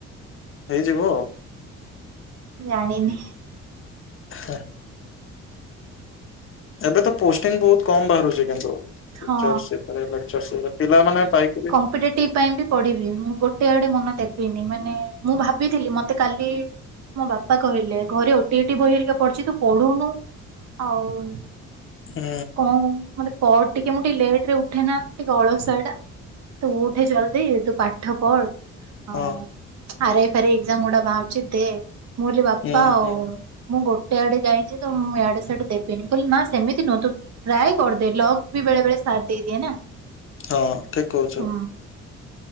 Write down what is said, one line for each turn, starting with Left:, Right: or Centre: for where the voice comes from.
Left: ହେଇଯିବ ଆଉ।
Right: ଜାଣିନି।
Left: ହେଁ ଏବେ ତ ପୋଷ୍ଟିଙ୍ଗ ବହୁତ କମ ବାହାରୁଛି, କିନ୍ତୁ ପିଲାମାନେ
Right: ହଁ।
Left: ଟିଚର ସିପ ରେ ଲେକ୍ଚର୍ ସିପ ରେ ପିଲାମାନେ ପାଇକ
Right: କମ୍ପିଟେଟିଭ ପାଇଁ ବି ପଢିବି, ମୁଁ ଗୋଟେ ଆଡେ ମନ ଦେବିନି ମାନେ ମୁଁ ଭାବିଥିଲି ମତେ କାଲି ମୋ ବାପା କହିଲେ ଘରେ ଓଟିଇଟି ବହି ହେରିକା ପଡିଛି ତୁ ପଢୁନୁ। ଆଉ।
Left: ହୁଁ
Right: କଣ, ମୋତେ କ ଟିକେ, ମୁଁ ଟିକେ ଲେଟ ରେ ଉଠେନା ଟିକେ ଅଳସୁଆ ଟା। ତୁ ଉଠେ ଜଲଦି, ତୁ ପାଠ ପଢ ଆଉ।
Left: ହଁ।
Right: ଆର ଆଇ, ଫା ରାଇ ଏକଯାମ ଗୁଡା ବାହାରୁଛି ଦେ, ମୁଁ କହିଲି ବାପା
Left: ହୁଁ ହୁଁ ହୁଁ
Right: ମୁଁ ଗୋଟେ ଆଡେ ଯାଇଛି ତ, ମୁଁ ଆଡେ ସେଆଡେ ଦେବିନି, କହିଲି ନା ସେମିତି ନୁହଁ ତୁ ଟ୍ରାଏ କରିଦେ। ଲକ୍ ବି ବେଳେ ବେଳେ ସାଥ ଦେଇଦିଏ ନା।
Left: ହଁ, ଠିକ କହୁଛ।
Right: ହୁଁ